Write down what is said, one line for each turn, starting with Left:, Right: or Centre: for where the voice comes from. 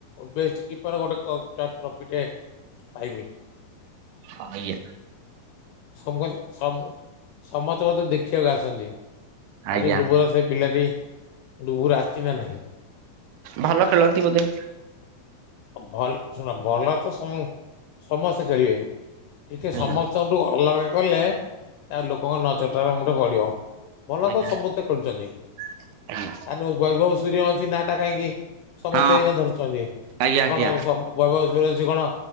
Left: ବେଷ୍ଟ କିପର ଗୋଟେ କପ୍ ଟ୍ରଫି ଟେ ପାଇମି।
Right: ହଁ ଆଜ୍ଞା।
Left: ସମ ସମ ସମସ୍ତେ ମୋତେ ଦେଖିବାକୁ ଆସନ୍ତି।
Right: ଆଜ୍ଞା
Left: ଡୁବର ଆ ସେ ପିଲାଟି ଡୁବୁର ଆସିଛି ନା ନାହିଁ।
Right: ଭଲ ଖେଳନ୍ତି ବୋଧେ।
Left: ଭଲ ଶୁଣ ଭଲ ତ ସମ ସମସ୍ତେ ଖେଳିବେ। ଟିକେ
Right: ଆଜ୍ଞା
Left: ସମସ୍ତଠୁ ଅଲଗା କଲେ ତା ଲୋକଙ୍କ ନଜର <unintelligible> ପଡିବ ଭଲ
Right: ଆଜ୍ଞା
Left: ତ ସମସ୍ତେ ଖେଳୁଛନ୍ତି।
Right: <unintelligible>
Left: ବୈଭବ ସୂର୍ଯ୍ୟବଂଶୀ ନା ଟା କାହିଁକି ସମସ୍ତେ
Right: ହଁ।
Left: ଏଇନା ଧରୁଛନ୍ତି ଆଉ
Right: ଆଜ୍ଞା ଆଜ୍ଞା
Left: କଣ ସମ ବୈଭବ ସୂର୍ୟବଂଶୀ କଣ